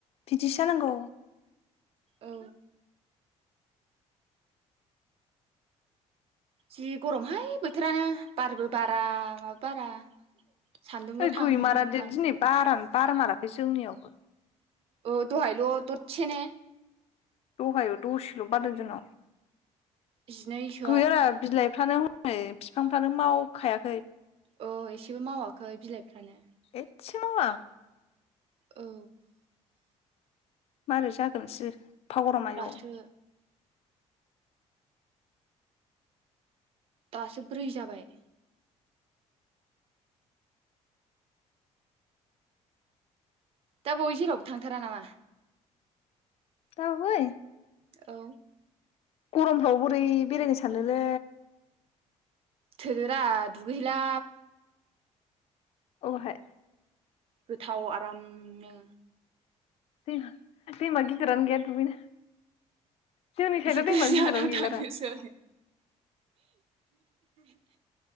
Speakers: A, on the left (about 55°); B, on the right (about 50°).
A: बिदिसो जानांगौ।
B: औ। जि गरमहाय बोथोरानो बारबो बारा माबो बारा। सान्दुंल'
A: ओइ
B: थां
A: गैमारादे
B: थां
A: दिनै बारानो बार माराखै जोंनियावबो।
B: ओ दहायल' दसे ने?
A: दहायाव दसेल' बादों जोंनाव।
B: जिनैसोआव
A: गैयारा <unintelligible> हनै बिफांफ्रानो मावखायाखै।
B: ओ एसेबो मावाखै बिलाइफ्रानो
A: <unintelligible>
B: औ।
A: मारै जागोनसो एफा गरम आइऔ।
B: दासो दासो ब्रै जाबाय। दा बावै जेरावबो थांथारा नामा?
A: <unintelligible>
B: औ
A: गरमफ्राव बोरै बेरायनो सानोलै
B: थोदोरा दुगैहैला
A: अबहाय?
B: गोथाव आरामनो
A: <unintelligible> दैमा गिदिरानो गैया दुगैनो जोंनि साइडआव
B: एसे गोजानाव
A: दैमा गिदिरानो गैलारा
B: थांनोसै। <inaudible>